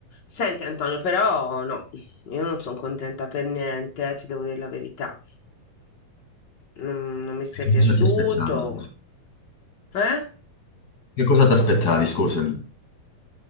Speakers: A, on the left (about 80°); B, on the left (about 40°).
A: Senti Antonio, però no, io non sono contenta per niente, eh, ti devo dire la verità. Non, non mi sei piaciuto,
B: Cosa ti aspettavi?
A: eh?
B: Che cosa ti aspettavi, scusami?